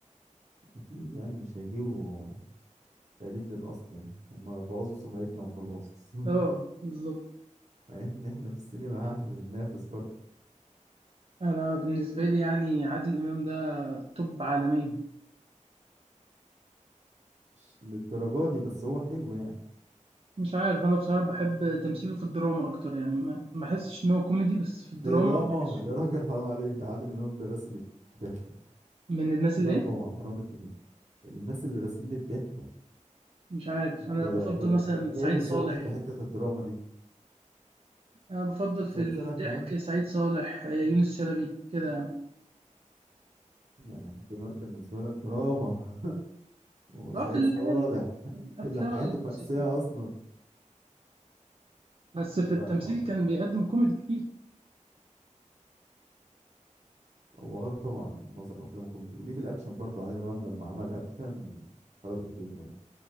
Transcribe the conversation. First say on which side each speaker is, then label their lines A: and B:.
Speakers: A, on the right (about 60°); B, on the right (about 45°).
A: اكيد يعني مش هيجيبوا تقليد للأصل يعني هما بوظوا سمعتنا وخلاص
B: اه بالظبط
A: <laughs> مع إن إحنا في السينما ها بننافس برضه
B: انا بالنسبة لي يعني عادل امام ده توب عالمية
A: مش للدرجة دي بس هو حلو يعني
B: مش عارف انا بصراحة بحب تمثيله في الدراما اكتر يعني ما ما بحسش ان هو كوميدي بس في الدراما
A: دراما
B: بحسه
A: يا راجل حرام عليك ده عادل إمام ده راسم الضحكة
B: من الناس
A: لا
B: اللي ايه
A: طبعا دراما إيه الناس اللي راسمين الضحكة
B: مش عارف
A: أنت
B: انا بفضل
A: ب... ب...
B: مثلا سعيد
A: جايبه إزاي
B: صالح
A: في حتة الدراما دي
B: انا بفضل في
A: صرصلها
B: الضحك
A: كمان
B: سعيد صالح آه، يونس شلبي كده يعني
A: يعني عادل إمام بالنسبة لك دراما <laughs> وسعيد
B: اه في ال-
A: صالح
B: الافلام
A: اللي حياته
B: والقصص
A: مأساة
B: دي
A: أصلا
B: بس في
A: لا
B: التمثيل
A: ما أعتقد
B: كان بيقدم كوميدي كتير
A: هو اه طبعا معظم افلامه كوميدي وليه في الاكشن برضو عادل امام لما عمل اكشن خرب الدنيا